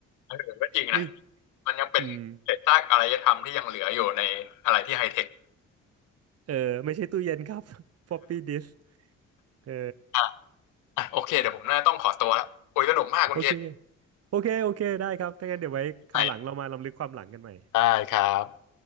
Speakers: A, on the left; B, on the right.
A: เออก็จริงนะ
B: <laughs> ไม่
A: มันยังเป็นเศษซากอารยธรรมที่ยังเหลืออยู่ในอะไรที่ไฮเทค
B: อืม เออไม่ใช่ตู้เย็นครับ <laughs> floppy disk เออ
A: <laughs> อ่ะโอเคเดี๋ยวผมน่าต้องขอตัวแล้วโอ้ยสนุกมากคุณเกศ
B: โอเคโอเคโอเคได้ครับถ้างั้นเดี๋ยวไว้คราวหลังเรามาลำลึกความหลังกันใหม่
A: ใหม่ได้ครับ